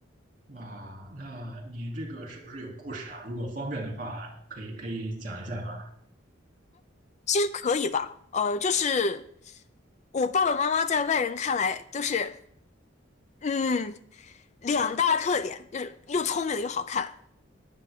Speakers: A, on the right (about 40°); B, on the left (about 35°).
A: 哇，那你这个是不是有故事啊？如果方便的话，可以可以讲一下吗？
B: 其实可以吧，呃，就是我爸爸妈妈在外人看来都是，嗯，两大特点就是又聪明又好看，